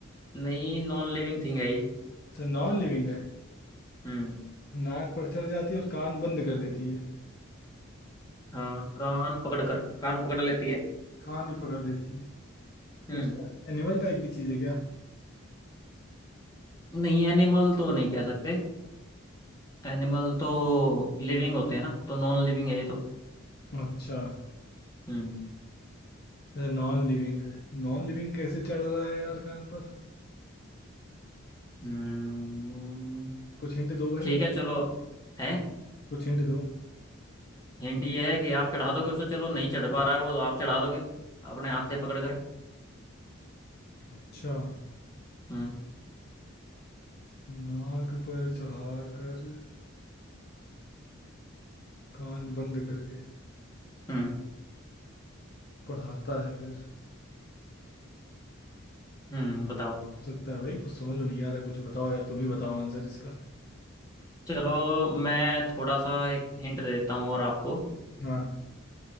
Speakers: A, on the left; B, on the left.
A: नहीं नॉन लिविंग थिंग है ये
B: अच्छा नॉन लिविंग है
A: हम्म
B: नाक पर चढ़ जाती है और कान बंद कर देती है
A: हाँ कान पकड़कर कान पकड़ लेती है
B: कान भी पकड़ देती है
A: हम्म
B: कुछ एनिमल टाइप की चीज़ है क्या
A: नहीं एनिमल तो नहीं कह सकते एनिमल तो लिविंग होते हैं ना तो नॉन लिविंग है ये तो
B: अच्छा
A: हम्म
B: अच्छा नॉन लिविंग है नॉन लिविंग कैसे चढ़ रहा है यार कान पर
A: हम्म,
B: कुछ हिंट दो भाई
A: ठीक है चलो है
B: कुछ हिंट दो
A: हिंट ये है कि आप चढ़ा दोगे उसे चलो नहीं चढ़ पा रहा है वो तो आप चढ़ा दोगे अपने हाथ से पकड़ कर
B: अच्छा
A: हम्म
B: नाक पर चढ़ाकर कान बंद करके
A: हम्म
B: पढ़ाता है फिर
A: हम्म बताओ
B: हो सकता है भाई कुछ समझ में नहीं आ रहा कुछ बताओ यार तुम ही बताओ आंसर इसका
A: चलो मैं थोड़ा सा एक हिंट दे देता हूँ और आपको
B: हाँ